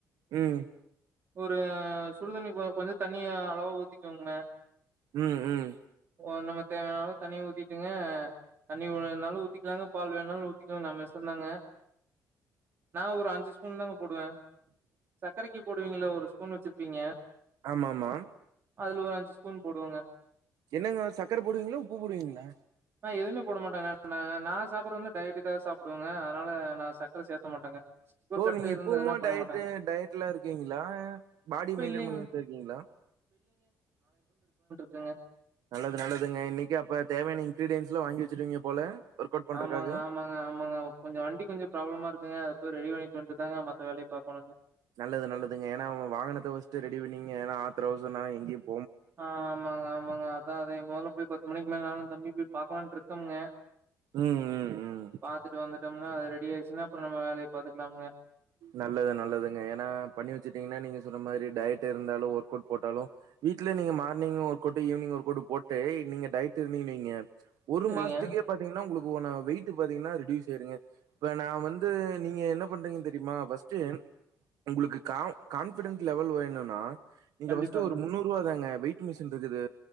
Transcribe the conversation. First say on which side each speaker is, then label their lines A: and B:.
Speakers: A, on the right; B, on the right.
A: ம்.
B: ஒரு அ‌ சுடுதண்ணி கொ கொஞ்சோ தண்ணிய அளவா ஊத்திக்கோங்க
A: உம் உம்
B: ஓ நம்மக்கு தேவையானாளவு தண்ணி ஊத்திட்டுங்க தண்ணி வேணாலு ஊத்திக்கலாங்க பால் வேணாலு ஊத்திக்கலாங்க நம்ம இஷ்டோந்தாங்க நான் ஒரு அஞ்சி ஸ் பூன் தாங்க போடுவே சக்கரைக்கு போடுவீங்களா ஒரு ஸ்பூன் வச்சிருப்பீங்க
A: ஆமாமா
B: அதுல ஒரு அஞ்சு ஸ்பூன் போடுவங்க
A: என்னங்க சக்கர போடுவீங்களா உப்பு போடுவீங்களா
B: நா எதுவுமே போடமாட்டேங்க நா நா சாப்புறது வந்து டய்ட்டுக்காக சாப்புடுவங்க அதனால நா சக்கர சேக்க மாட்டேங்க சுகர்
A: ஓ
B: கட்டு
A: நீங்க இப்பவுமே
B: இருந்ததுன்னா பண்ண
A: டய்ட்டு
B: மாட்டாங்க
A: டய்ட்ல இருக்கீங்களா பாடி
B: இப்ப
A: மெயின்டன்
B: இல்லைங்
A: பண்ணிட்டுருக்கீங்களா
B: இல்லங்க
A: நல்லது நல்லதுங்க இன்னைக்கே அப்ப தேவையான இன்கிரீடியன்ஸ்ல்லா வாங்கி வெச்சருவீங்க போல ஒர்க் அவுட் பண்றதுக்காக.
B: ஆமாங்க ஆமாங்க ஆமாங்க கொஞ்சோ வண்டி கொஞ்சோ ப்ராப்ளமாருக் குங்க அது போய் ரெடி பண்ணிட்டு வந்துட்டுதாங்க மத்த வேலயை பாக்கணுங்க
A: நல்லது நல்லதுங்க ஏனா அவுங்க வாகனத்தை ஃபஸ்ட்டு ரெடி பண்ணீங்க ஏனா ஆத்தரோ அவசரோனா எங்கயும்
B: ஆஹ் ஆமாங்க ஆமாங்க அதா அதே மொதல போய் பத்து மணிக் இன்மே நானு தம்பி போய் பாக்கலான்ருக்கோம்ங்க
A: ம், ம், ம்.
B: பாத்துட்டு வந்துட்டு டோம்னா அத ரெடி ஆச்சுன்னா அப்றோ நம்ம வேலையே பாத்துக்கலாம்ங்க
A: நல்லது நல்லதுங்க ஏனா பண்ணி வெச்சுட்டீங்ன்னா நீங்க சொன்ன மாரி டய்ட் இருந்தாலு ஒர்க் அவுட் போட்டாலு வீட்லய நீங்க மார்னிங் ஒர்கவுட் ஈவினிங் ஒர்கவுட் போட்டேய் நீங்க டயட்ருந்தீங்க வெயிங்க ஒரு
B: செரிங்க
A: மாசத்துக்கே பாத்தீங்ன்னா உங்களுக் <unintelligible> வெயிட் பாத்தீங்ன்னா ரெடியூஸ் ஆயிருங்க இப்ப நா வந்து நீங்க என்ன பண்றீங்க தெரி ரிமா ஃபஸ்ட்டு உங்களுக்கு கா-கான்பிடன்ஸ் லெவல் வேணும்னா நீங்க
B: கண்டிப்பாங்க
A: ஃபர்ஸ்ட் ஒரு முன்னூறு ரூபா தாங்க வெயிட் மிஷின் இருக்குது